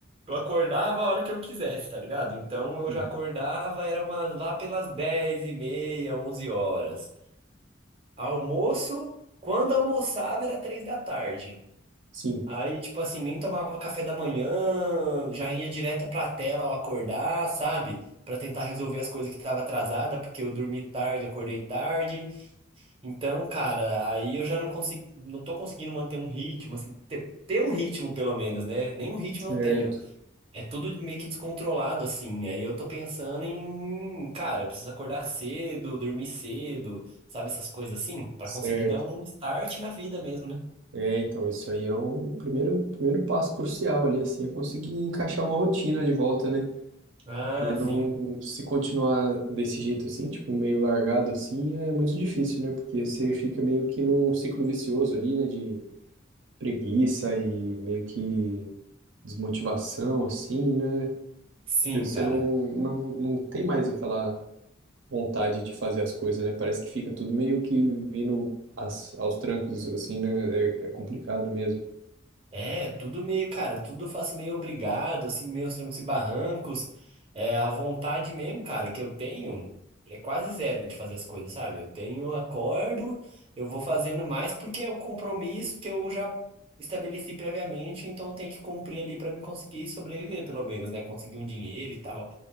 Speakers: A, on the right; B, on the right.
A: eu acordava a hora que eu quisesse, tá ligado? Então eu
B: Sim.
A: já acordava, era uma, lá pelas dez e meia, onze horas. Almoço, quando almoçava era três da tarde.
B: Sim.
A: Aí, tipo assim, nem tomava café da manhã, já ia direto pra tela ao acordar, sabe? Pra tentar resolver as coisas que tava atrasada, porque eu dormi tarde, acordei tarde. Então, cara, aí eu já não consigo, não tô conseguindo manter um ritmo, assim, ter, ter um ritmo pelo menos, né? Nenhum ritmo
B: Certo.
A: eu tenho. É tudo meio que descontrolado, assim. Aí eu tô pensando em, cara, eu preciso acordar cedo, dormir cedo, sabe? Essas coisas assim, pra
B: Certo.
A: conseguir dar um start na vida mesmo, né?
B: É, então, isso aí é um primeiro, o primeiro passo crucial ali, assim, é conseguir encaixar uma rotina de volta, né?
A: Ah,
B: Porque não,
A: sim.
B: se continuar desse jeito assim, tipo, meio largado assim, é muito difícil, né? Porque você fica meio que num ciclo vicioso ali, né? De preguiça e meio que desmotivação, assim, né?
A: Sim,
B: Que você
A: cara.
B: não, não, não tem mais aquela vontade de fazer as coisas, né? Parece que fica tudo meio que indo às- aos trancos, assim, né? é é complicado mesmo.
A: É, tudo meio, cara, tudo eu faço meio obrigado, assim, meus trancos e barrancos. É, a vontade mesmo, cara, que eu tenho é quase zero de fazer as coisas, sabe? Eu tenho, acordo, eu vou fazendo mais porque é o compromisso que eu já estabeleci previamente, então eu tenho que cumprir ali pra mim conseguir sobreviver, pelo menos, né? Conseguir um dinheiro e tal.